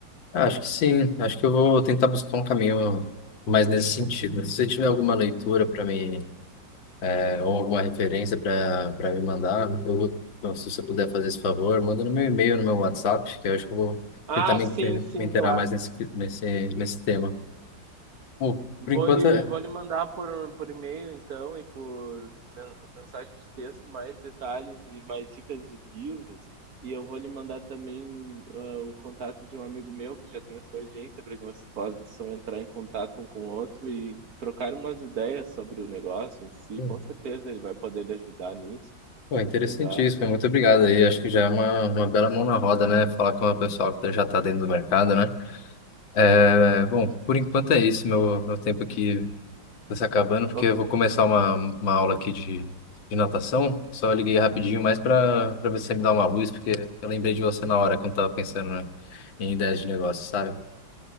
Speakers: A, on the left (about 85°); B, on the right (about 55°).
A: Ah, Acho que sim, acho que eu vou tentar buscar um caminho mais nesse sentido. Se você tiver alguma leitura para me é, ou alguma referência para para me mandar, eu vou, então, se você puder fazer esse favor, manda no meu e-mail, no meu WhatsApp, que eu acho que eu vou
B: Ah,
A: tentar me,
B: sim,
A: inte-
B: sim,
A: me inteirar
B: claro.
A: mais nesse, nesse, nesse tema. Bom,
B: Vou
A: por enquanto,
B: lhe,
A: é
B: vou lhe mandar por, por e-mail, então, e por men- mensagem de texto mais detalhes e mais dicas de livros. E eu vou lhe mandar também ah, o contato de um amigo meu que já tem a sua agência, para que vocês possam entrar em contato um com o outro e trocar umas ideias sobre o negócio em si.
A: hum,
B: Com certeza ele vai poder lhe ajudar nisso
A: pô, é interessantíssimo,
B: melhor.
A: muito obrigado aí, acho que já é uma, uma bela mão na roda, né, falar com uma pessoa que já está dentro do mercado, né? É, bom, por enquanto é isso, meu, meu tempo aqui Tá se acabando, porque
B: Ok.
A: eu vou começar uma, uma aula aqui de, de natação. Só liguei rapidinho, mais para para ver se você me dá uma luz, porque eu lembrei de você na hora que eu tava pensando, né, em ideias de negócio, sabe?